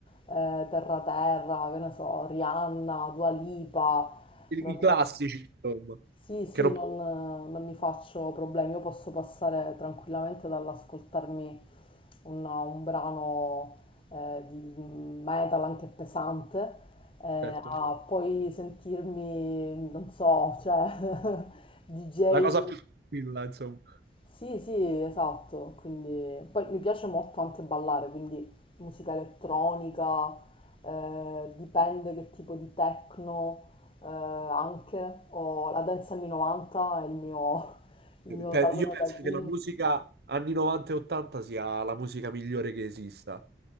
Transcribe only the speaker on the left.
eh, terra terra, che ne so, Rihanna, Dua Lipa,
non-
sì, sì,
non, non mi faccio problemi, io posso passare tranquillamente dall'ascoltarmi una- un brano eh, di metal anche pesante eh,
a poi sentirmi, non so, cioè <laughs> DJ
sì, sì, esatto, quindi poi mi piace molto anche ballare, quindi musica elettronica, eh, dipende che tipo di techno eh, anche, o la dance anni 90 è il mio, il mio
tallone
d'Achille.